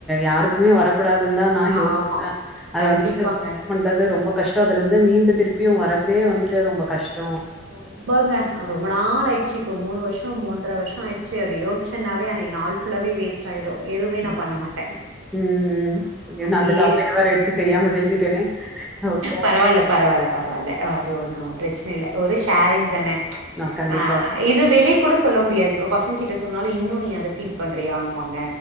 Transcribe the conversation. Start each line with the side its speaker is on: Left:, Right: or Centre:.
Centre: யாருக் குமே வரக்கூடாதுந்தா நா யோசிப்ப
Right: ஆமா
Centre: அத
Right: கண்டிப்பாங்க
Centre: வந்து பண்றது ரொம்ப கஷ் டோ அதுலந்து மீண்டு திருப்பியு வரதே வந்துட்டு ரொம்ப கஷ்டோ
Right: ஓ போங்க ரொம்ப நாள் ஆயிடுச்சு இப்போ மூனு வருஷோ மூன்ற வருஷோ ஆயிடுச்சு அத யோச்சனாவே அன்னைக்கு நாள்ஃப் ஃபுல்லாவே வேஸ்ட் ஆயிடு எதுமே நா
Centre: ம்.
Right: பண்ண மாட்ட
Centre: ம்.
Right: அ
Centre: ஐயோ!
Right: அத
Centre: நான்
Right: அப்டியே
Centre: அந்த டாபிக் வேற எடுத்து தெரியாம பேசிட்டேனே. ஓகே.
Right: பரவால்ல பரவால்ல பரவால்ல அது ஒன்னு பிரச்சன இல்ல ஒரு ஷேரிங் தான
Centre: நான் கண்டிப்பா.
Right: ஆ இது இது வெளி கூட சொல்ல முடியாது இப்ப பசங்கிட்ட சொன்னாலு இன்னு நீ அத ஃபீல் பண்றியானுவாங்க